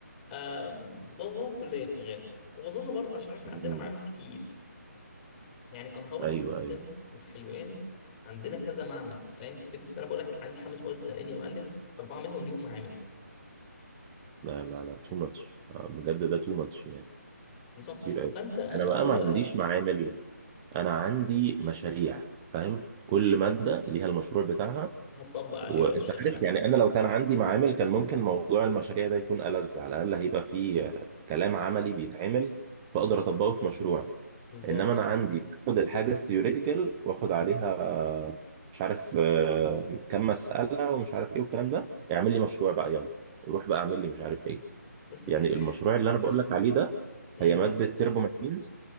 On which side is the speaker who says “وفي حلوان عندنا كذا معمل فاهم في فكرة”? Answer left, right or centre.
Left